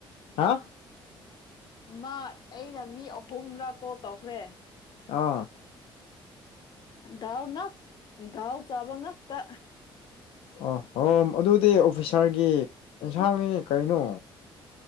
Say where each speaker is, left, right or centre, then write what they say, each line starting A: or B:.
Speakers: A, on the left (about 80°); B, on the left (about 50°).
A: ꯍꯥ
B: ꯃꯥ ꯑꯩꯅ ꯃꯤ ꯑꯍꯨꯝꯗꯥ ꯀꯣꯜ ꯇꯧꯈ꯭ꯔꯦ
A: ꯑꯥ
B: ꯗꯜꯉꯥꯛ ꯗꯜ ꯆꯥꯕ ꯉꯥꯛꯇ
A: ꯑꯣ ꯑꯣ ꯑꯗꯨꯗꯤ ꯑꯣꯐꯤꯁꯥꯔꯒꯤ ꯑꯦꯟꯁꯥꯡꯅꯤ ꯀꯩꯅꯣ